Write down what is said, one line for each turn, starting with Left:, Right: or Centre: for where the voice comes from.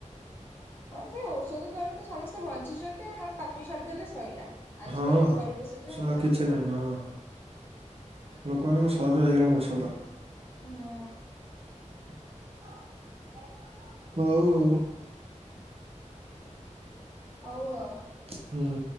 Left: ହଁ ସେ ଔଷଧ ଦ୍ୱାରା ତ ସମସ୍ତେ ବଞ୍ଚିଛନ୍ତି ଆଉ ନହେଲେ ତାକୁ ଛାଡିଦେଲେ ସଇଲା। ଆଜ
Right: ହଁ
Left: କାଲି
Right: ହଁ।
Left: ପରିବେଶ ଯାହା
Right: ସ
Left: ଯାହା
Right: କିଛି
Left: ସବୁ
Right: ନାହିଁ
Left: ହେଲାଣି।
Right: ହଁ ଲୋକମାନଙ୍କ ସହଜ ହେଇଗଲାଣି ଔଷଧ।
Left: ହଁ
Right: ହଉ।
Left: ହଉ ଆଉ।
Right: ହୁଁ।